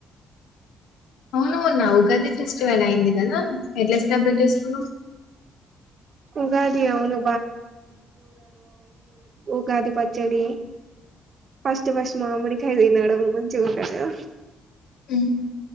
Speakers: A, on the left (about 75°); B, on the right (about 55°).
A: అవునువున్నావుగ గది ఫెస్టివల్ అయింది కదా ఎల్ ఐ సి డబ్బులు ఎంత తీసుకున్నావు
B: ఉగాది అవును ఉగాద్ పచ్చడి ఫస్ట్ ఫస్ట్ మామిడికాయ తినడం మంచిగా ఉంటదికదా
A: ఉ